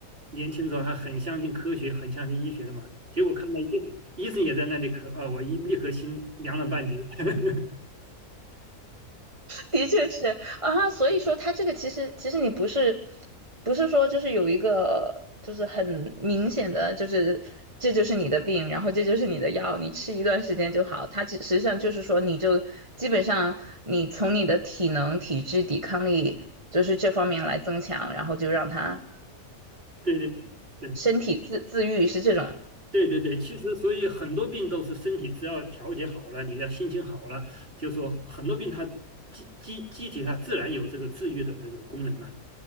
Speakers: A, on the right; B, on the right.
A: 年轻时候还很相信科学，很相信医学的嘛，结果看到医医生也在那里咳啊，我一立刻心凉了半截。<laughs>
B: 的确是啊，所以说它这个其实其实你不是不是说就是有一个就是很明显的就是这就是你的病，然后这就是你的药，你吃一段时间就好。它只实际上就是说你就基本上你从你的体能、体质、抵抗力就是这方面来增强，然后就让它
A: 对对对，
B: 身体自自愈是这种
A: 对对对，其实所以很多病都是身体只要调节好了，你的心情好了，就说很多病它机机机体它自然有这个治愈的这个功能嘛。